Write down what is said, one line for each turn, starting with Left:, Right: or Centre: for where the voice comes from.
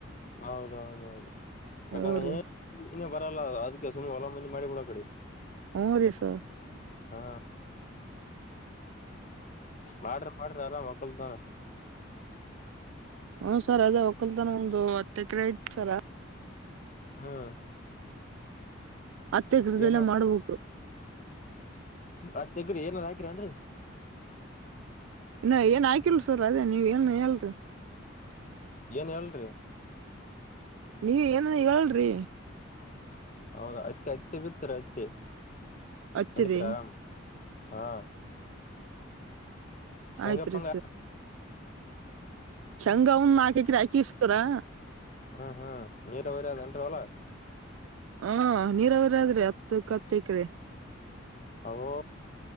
Left: ಹೌದೌದೌದು
Right: ಹ್ಞೂ
Left: ಯಾಕಂದ್ರೆ
Right: ರೀ
Left: ಇನ್ನೇ ಬರಲ್ಲ ಅದಕ್ಕೆ ಸುಮ್ನೆ ಹೊಲ ಮನಿ ಮಾಡಿ ಬಿಡ ಕಡೆ
Right: ಹೂ ರೀ ಸರ್
Left: ಹಾ ಮಾಡ್ರಿ ಮಾಡ್ರಿ ಆರಾಮ್ ಹಕಲ್ದಾನ
Right: ಹೂ ಸರ್ ಅದೇ ಒಕ್ಕಲ್ತನ ಒಂದು ಹತ್ತು ಎಕರೆ ಐತ್ ಸರ
Left: ಹಾ
Right: ಹತ್ತೆ ಎಕರೆ
Left: ಏನ್
Right: ಎಲ್ಲಿ
Left: ಮಾಡ
Right: ಮಾಡಬೇಕು
Left: ಹತ್ ಎಕರೆ ಏನರ ಹಾಕಿರೇನ್ರಿ
Right: ಇನ್ ಏನ್ ಹಾಕಿಲ್ ಸರ್ ಅದೇ ನೀವ ಏನ ಹೇಳರಿ
Left: ಏನ್ ಹೇಳ್ರರಿ
Right: ನೀ ಏನ ಹೇಳಲ್ರಿ
Left: ಹೌದ ಅತ್ತ ಅತ್ತಿ ಬಿತ್ತರಿ ಅತ್ತಿ
Right: ಹತ್ತಿರಿ
Left: ನಡತ್ರಿ ಆರಾಮ್ ಹಾ ಸಂಂಗಪ್ಪಂಗ
Right: ಆಯ್ತ್ರಿ ಚಂಗ ಅವನ್ ನಾಕ್ರ ಹಾಕಿಸ್ತದಾ
Left: ಹ್ಹೂ ಹೂ ನೀರವಾರಿ ಆದ ಏನ್ರಿ ಹೊಲ
Right: ಹ ನೀರ ಅವರಾದ್ರಿ ಹತ್ತಕ್ಕ ಹತ್ತೈಕ್ರಿ
Left: ಅವ್ವೋ